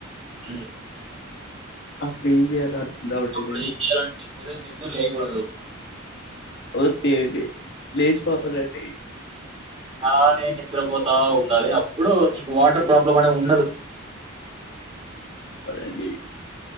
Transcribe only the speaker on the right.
జ
అప్పుడు ఏం చేయాలంటే ఉదయం నిద్ర లేవకూడదు
అలానే నిద్రపోతా ఉండాలి అప్పుడు నీకు వాటర్ ప్రాబ్లం అనే ఉండదు